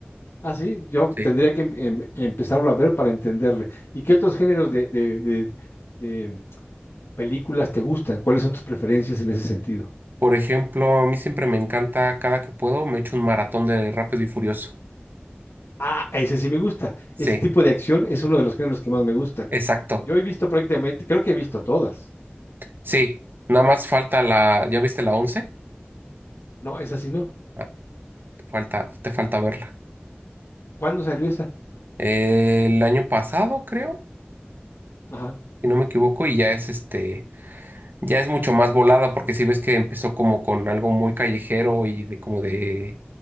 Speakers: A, on the left; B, on the right.
A: Ah, sí, yo
B: Sí.
A: tendría que em- em- empezarlo a ver para entenderle. ¿Y qué otros géneros de, de, de, de películas te gustan? ¿Cuáles son tus preferencias en ese sentido?
B: Por ejemplo, a mí siempre me encanta, cada que puedo, me echo un maratón de Rápido y Furioso.
A: Ah, ese sí me gusta.
B: Sí.
A: Ese tipo de acción es uno de los géneros que más me gustan.
B: Exacto.
A: Yo he visto prácticamente, creo que he visto todas.
B: Sí, nada más falta la, ¿ya viste la 11?
A: No, esa sí no.
B: Ah, te falta, te falta verla.
A: ¿Cuándo salió esa?
B: Eh, El año pasado, creo,
A: Ajá,
B: si no me equivoco, y ya es este, ya es mucho más volada porque si ves que empezó como con algo muy callejero y de como de,